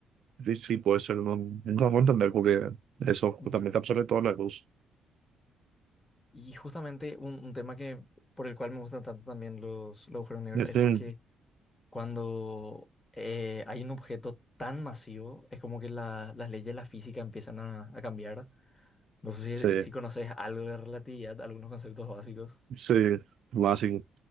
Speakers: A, on the right (about 65°); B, on the left (about 25°).
A: Sí, sí, puede ser, no, no puedo entender porque eso
B: Ujú.
A: justamente absorbe toda la luz.
B: Y justamente un, un tema que por el cual me gustan tanto también los, los agujeros negros
A: Ujú.
B: es porque cuando eh, hay un objeto tan masivo, es como que la- las leyes de la física empiezan a, a cambiar. No sé
A: Sí,
B: si, si conoces algo de relatividad, algunos conceptos básicos.
A: sí, va así.